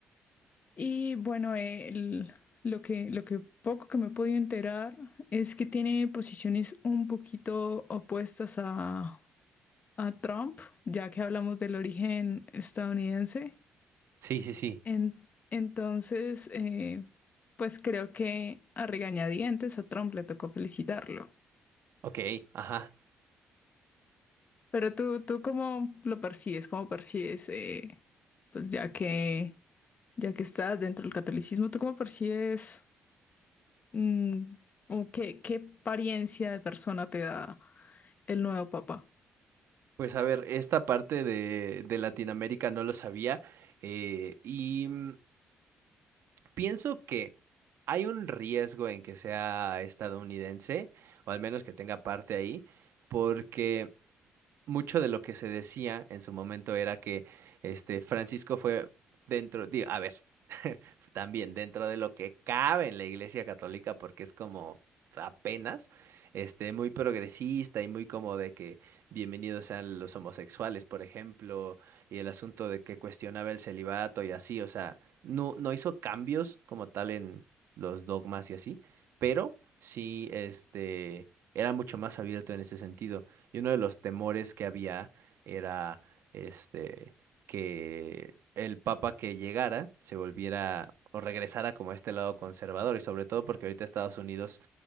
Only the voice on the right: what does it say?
Sí, sí, sí.
Ok, ajá.
Pues a ver, esta parte de de Latinoamérica no lo sabía eh, y mm, Pienso que hay un riesgo en que sea estadounidense, o al menos que tenga parte ahí, porque mucho de lo que se decía en su momento era que este Francisco fue dentro, digo, a ver, <laughs> también dentro de lo que cabe en la Iglesia Católica, porque es como apenas, este, muy progresista y muy como de que bienvenidos sean los homosexuales, por ejemplo, y el asunto de que cuestionaba el celibato y así, o sea, no, no hizo cambios como tal en los dogmas y así, pero sí, este, era mucho más abierto en ese sentido. Y uno de los temores que había era este que el papa que llegara se volviera o regresara como a este lado conservador y sobre todo porque ahorita Estados Unidos